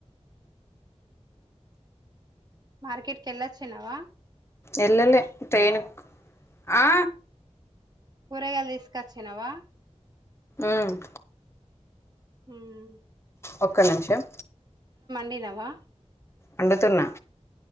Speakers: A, on the right; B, on the left.
A: మార్కెట్ కెల్లాచ్చినవ
B: ఎల్లలే ట్రైనెక్ ఆ
A: కూరగాయలు తీసుకచ్చినవా
B: ఉమ్
A: హమ్
B: ఒక్క నిమిషం
A: నినవా
B: అండుతున్నా